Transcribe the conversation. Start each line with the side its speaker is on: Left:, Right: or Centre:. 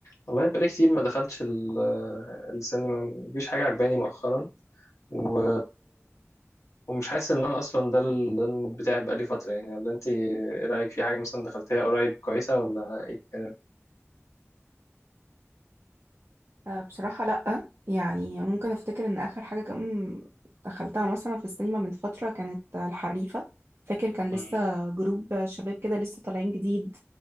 Left: والله بقالي كتير ما دخلتش ال- السينما مفيش حاجة عجباني مؤخرا و... ومش حاسس ان انا اصلا ده ال- ده المود بتاعي بقالي فترة يعني ولا انت ايه رأيك في حاجة مثلا دخلتيها قريب كويسة ولا ايه الكلام
Right: آه، بصراحة لأ يعني ممكن أفتكر إن آخر حاجة كان دخلتها مثلا في السينما من فترة كانت آه، الحريفة فاكر كان
Left: مم.
Right: لسه جروب شباب كده لسه طالعين جديد